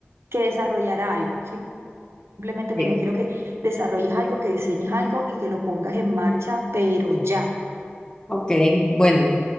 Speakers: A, on the right; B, on the left.
A: que desarrollara algo. Simplemente
B: sí,
A: me dijo, quiero que desarrolles algo, que diseñes algo y que lo pongas en marcha, pero ya.
B: ok, bueno.